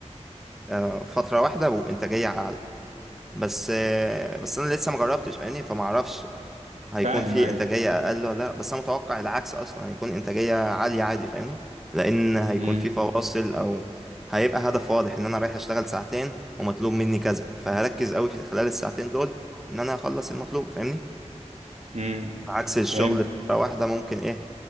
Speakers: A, in the centre; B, on the right.
A: آه، فترة واحدة وبإنتاجية أعلى بس آه، بس أنا لسه مجربتش فاهمني فما أعرفش هيكون
B: فاهم
A: في
B: ايوه
A: إنتاجية أقل ولا لأ بس أنا متوقع العكس أصلا هيكون إنتاجية عالية عادي فاهمني لأن هيكون
B: امم
A: في فواصل أو هيبقى هدف واضح إن أنا رايح أشتغل ساعتين ومطلوب مني كذا فهركز أوي في خلال الساعتين دول إن أنا أخلص المطلوب فاهمني
B: امم
A: عكس الشغل
B: فهمت
A: فترة واحدة ممكن إيه